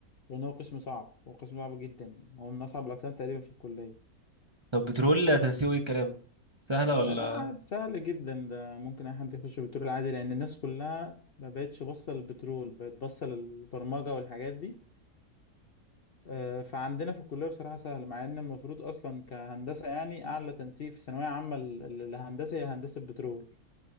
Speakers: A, on the left; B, on the right.
A: لان هو قسم صعب هو قسم صعب جدا يعني هو من اصعب الاقسام تقريبا في الكليه
B: طب بترول تنسيقه ايه الكلام سهلة ولا
A: لا لا عاد سهل جدا ده ممكن اي حد يخش بترول عادي لان الناس كلها ما بقتش باصه للبترول بقت باصه للبرمجه والحاجات دي آه، فعندنا في الكليه بصراحه سهل مع ان المفروض اصلا كهندسه يعني اعلى تنسيق في ثانويه عامه للهندسه هي هندسه بترول